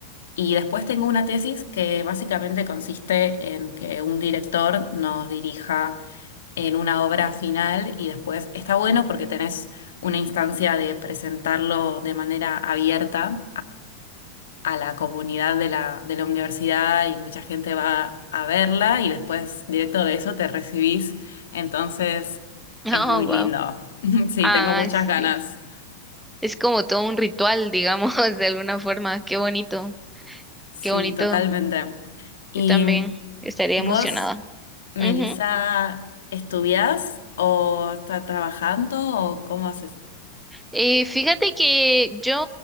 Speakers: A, on the left; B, in the centre.
A: Y después tengo una tesis que básicamente consiste en que un director nos dirija en una obra final y después está bueno porque tenés una instancia de presentarlo de manera abierta a la comunidad de la, de la universidad y mucha gente va a verla y después directo de eso te recibís. Entonces
B: <laughs> Ah,
A: es muy
B: wow.
A: lindo. <laughs> Sí,
B: Ah,
A: tengo muchas
B: sí.
A: ganas.
B: Es como todo un ritual, digamos, <laughs> de alguna forma. Qué bonito,
A: Sí,
B: qué bonito.
A: totalmente. ¿Y
B: Yo también estaría
A: vos,
B: emocionada.
A: Melissa,
B: Ujú.
A: estudiás o estás trabajando o cómo haces?
B: Eh, fíjate que yo